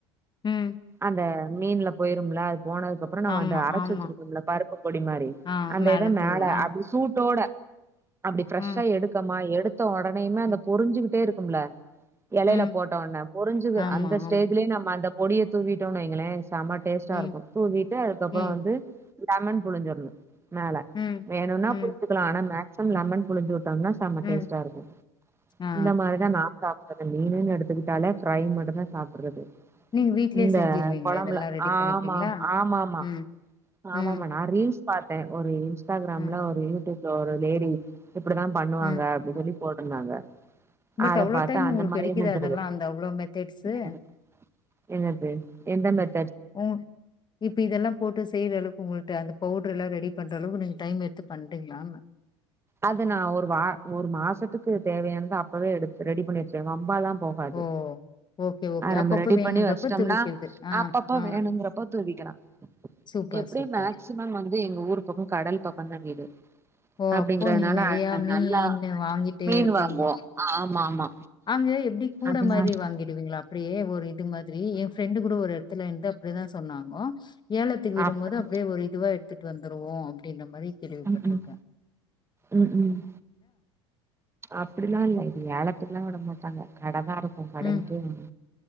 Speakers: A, on the left (about 30°); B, on the right (about 15°).
A: ம்
B: அந்த மீன்ல போய்ரும்ல போனதுக்கப்றோ நம்ம
A: ஆமா
B: அந்த அரச்சு
A: ஆமா
B: வெச்சுருக்கோம்ல பருப்பு பொடி மாரி
A: ஆ
B: அந்த இத
A: தூவு
B: மேல
A: ஆ
B: அப்டி சூட்டோட அப்டி ஃப்ரெஷ்ஷா
A: ம்
B: எடுக்கம்மா எடுத்த ஒடனேமே
A: ம்
B: அந்த பொரிஞ்சுகுட்டே இருக்கும்ல எலைல
A: ம்
B: போட்டோன்ன பொரிஞ்சது
A: ஆமா
B: அந்த ஸ்டேஜ்லயே
A: ஆமா
B: நம்ம அந்த பொடிய தூவிட்டோன் வைங்களே செம டேஸ்ட்டா
A: ம்
B: இருக்கும் தூவிட்டு அதுக்கப்பறோ
A: ம்
B: வந்து லெமன் புழிஞ்சற்ணு மேல
A: ம்
B: வேணுனா
A: ம்
B: புழிஞ்சுக்கலா ஆனா மேக்சிமம் லெமன் புழிஞ்சுவுட் டோனா செம
A: ம்
B: டேஸ்டா இருக்கூ
A: ஆ
B: இந்த மாரிதா நா சாப் ப்டே மீனுன் எடுத்துக்குட்டாலே ஃப்ரை மட்டுதா சாப்றது
A: நீங்க வீட்லயே
B: இந்த
A: செஞ்சிருவீங்களா
B: கொழம்புல
A: இதெல்லா ரெடி
B: ஆமா
A: பண்ணிப்பீங்களா
B: ஆமாம்மா
A: ம்
B: ஆமா
A: ம்
B: மேடோ ரீல்ஸ் பாத்தே ஒரு இன்ஸ்டாக்ராம்ல
A: ம்
B: ஒரு யூடூப்ல ஒரு லேடி இப்டிதா பண்ணுவாங்க
A: ம்
B: அப்டி சொல்லி போட்ருந்தாங்க
A: பட்
B: அத
A: அவ்ளோ
B: பாத்து
A: டைம்
B: அந்த
A: உங்களுக்கு
B: மாரியே
A: எடுக்குதா
B: செஞ்சுர்றது
A: அதெல்லா அந்த அவ்ளோ மெத்தட்ஸு
B: என்னது என்னது எந்த மாரி
A: ம் இப்ப இதெல்லா போட்டு செய்றேல <unintelligible> பவுடெர்லா ரெடி பண்ற அளவு நீங்க டைம் எடுத்து பண்றீங்ளா
B: அது நா ஒரு வா ஒரு மாசத்துக்கு தேவையானது அப்பவே எடுத்து ரெடி பண்ணி வெச்சுருவே வம்பல்லா போகாது
A: ஓ ஓகே ஓகே
B: ஆ
A: அப்பப்ப
B: நம்ம ரெடி
A: வேணுன்றப்ப
B: பண்ணி வெஸ்ட்டோம்னா
A: துவிக்கிறது ஆ
B: அப்பப்ப
A: ஆ
B: வேணுங்குறப்ப தூவிக்கலா
A: சூப்பர்
B: எப்டி
A: சூப்பர்
B: மேக்சிமம் வந்து எங்க ஊர் பக்கோ கடல் பக்கோ தா வீடு
A: ஓ
B: அப்டிங்கறதுனால
A: அப்போ நீங்க நெறைய
B: அ
A: மீன்னு
B: நல்லா
A: வாங்கிட்டே
B: மீன்
A: இருப்பீங்கோ
B: வாங்குவோ ஆமா ஆமா
A: அங்க எப்டி கூட
B: அதனால
A: மாரி வாங்கிடுவீங்ளா அப்டியே ஒரு இது மாதிரி எ ஃப்ரெண்டு் கூட ஒரு எடத்துலருந்து அப்டிதா சொன்னாங்கோ ஏலத்துக் விடும்மோது
B: அப்டி
A: அப்டியே ஒரு இதுவா எத்துட் வந்துருவோ அப்டின்ற மாரி கேள்விபட்ருக்கே
B: ம் ம் ம் ம் அப்டிலா இல்ல இது ஏழத்துக்குலா விடமாட்டாங்க கட தா இருக்கு
A: ம்
B: <unintelligible>